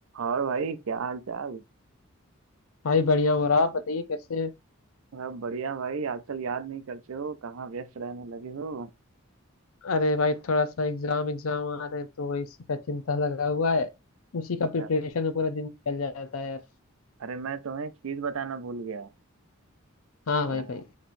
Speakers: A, on the right; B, on the left.
A: और भाई क्या हाल चाल
B: भाई बढ़िया हो रहा आप बताइए कैसे
A: सब बढ़िया भाई आजकल याद नहीं करते हो कहाँ व्यस्त रहने लगे हो
B: अरे भाई थोड़ा सा एग्जाम एग्जाम आ रहे हैं तो वही इसी का चिंता लगा हुआ है उसी का
A: क्या?
B: प्रिपरेशन में पूरा दिन निकल जाता है यार
A: अरे मैं तुम्हें एक चीज बताना भूल गया
B: हाँ
A: क्या
B: भाई भाई